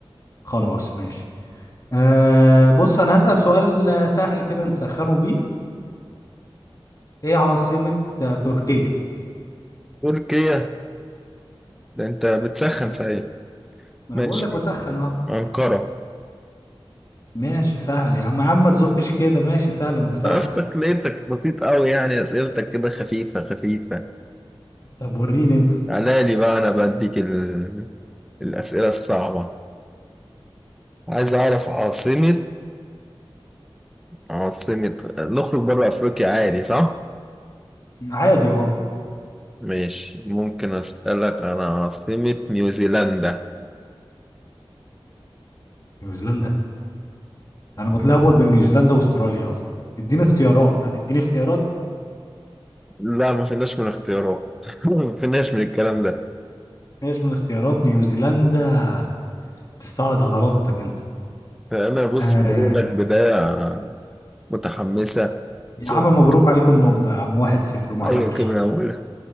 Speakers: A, on the left (about 40°); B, in the centre.
A: خلاص ماشي آه بص انا هسأل سؤال سهل كده نسخنه بيه ايه عاصمة آه، تركيا
B: تركيا ده أنت بتسخن
A: يعني
B: صحيح
A: ما
B: ماشي
A: انا بقول لك بسخن اه
B: أنقرة
A: ماشي سهل يا عم يا عم ما تزقش كده ماشي سهل انا بسخن
B: عرفتك لقيتك بسيط قوي يعني اسئلتك كده خفيفة خفيفة
A: طب وريني انت
B: على لي بقى انا بديك ال... الاسئلة الصعبة عايز اعرف عاصمة عاصمة نخرج بره افريقيا عادي صح؟
A: عادي اه
B: ماشي ممكن اسألك انا عاصمة نيوزيلندا
A: نيوزيلندا انا بتلخبط بين نيوزيلندا واستراليا اصلا اديني اختيارات هتديني اختيارات
B: لا ما فيناش من اختيارات <laughs> ما فيناش من الكلام ده
A: ماشي من اختيارات نيوزيلندا تستعرض عضلاتك انت
B: انا بص
A: آه
B: بقول لك بداية متحمسة
A: يا
B: صوت
A: عم مبروك عليك النقطة يا عم واحد صفر ما
B: ايوه
A: اعرفش
B: كده من اولها